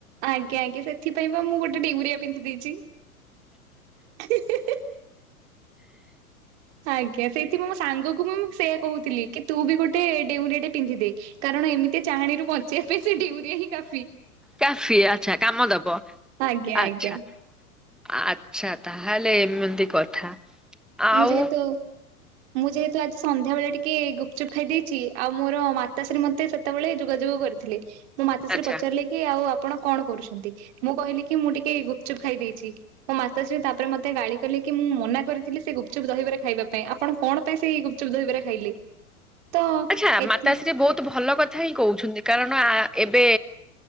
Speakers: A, on the right (about 50°); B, in the centre.
A: ଆଜ୍ଞା ଆଜ୍ଞା ସେଥିପାଇଁ ବା ମୁଁ ଗୋଟେ ଡେଉଁରିଆ ପିନ୍ଧି ଦେଇଚି ହି ହି ହି। ଆଜ୍ଞା ସେଥିପାଇଁ ମୁଁ ମୋ ସାଙ୍ଗକୁ ମୁଁ ସେୟା କହୁଥିଲି କି ତୁ ବି ଗୋଟେ ଡେଉଁରିଆଟେ ପିନ୍ଧିଦେ। କାରଣ ଏମିତି ଚାହାଣୀରୁ ବଞ୍ଚିବା ପାଇଁ ସେ ଡେଉଁରିଆ ହିଁ କାଫ୍
B: କାଫି ଆଚ୍ଛା କାମ ଦବ
A: ଆଜ୍ଞା
B: ଆଚ୍ଛା।
A: ଆଜ୍ଞା
B: ଆଚ୍ଛା ତାହେଲେ ଏମିତି କଥା।
A: ମୁଁ
B: ଆଉ
A: ଯେହେତୁ ମୁଁ ଯେହେତୁ ଆଜି ସନ୍ଧ୍ୟାବେଳେ ଟିକେ ଗୁପଚୁପ୍ ଖାଇ ଦେଇଛି ଆଉ ମୋର ମାତାଶ୍ରୀ ମତେ ସେ ତେବେଳେ ଯୋଗାଯୋଗ କରିଥିଲେ, ମୋ ମାତାଶ୍ରୀ
B: ଆଚ୍ଛା
A: ପଚାରିଲେ କି ଆଉ ଆପଣ କଣ କରୁଛନ୍ତି ମୁଁ କହିଲି କି ମୁଁ ଟିକେ ଗୁପଚୁପ୍ ଖାଇ ଦେଇେଚି ମୋ ମାତାଶ୍ରୀ ତାପରେ ମତେ ଗାଳି କଲେ କି ମୁଁ ମନା କରିଥିଲି ସେ ଗୁପଚୁପ୍ ଦହିବରା ଖାଇବା ପାଇଁ ଆପଣ କଣ ପାଇଁ ସେଇ ଗୁପଚୁପ୍ ଦହିବରା ଖାଇଲେ? ତ
B: ଆଚ୍ଛା
A: ଏଥି
B: ମାତାଶ୍ରୀ ବହୁତ୍ ଭଲ କଥା ହିଁ କହୁଛନ୍ତି କାରଣ ଆ ଏବେ